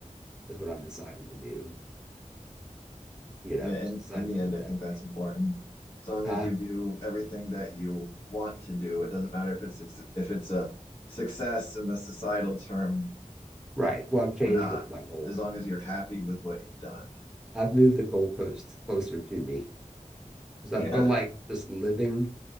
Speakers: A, in the centre; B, on the left.
A: is what I'm deciding to do. You know,
B: yeah,
A: I'm just
B: in
A: deciding
B: in the
A: to
B: end
A: look
B: I
A: at it that
B: think that's
A: way.
B: important. As long
A: Huh?
B: as you do everything that you want to do, it doesn't matter if it's suc- if it's a success in the societal term
A: Right. Well, I've changed
B: or not,
A: what my goals
B: as long
A: are,
B: as
A: basically.
B: you're happy with what you've done.
A: I've moved the goalposts closer to me because I
B: Yeah.
A: feel like just living,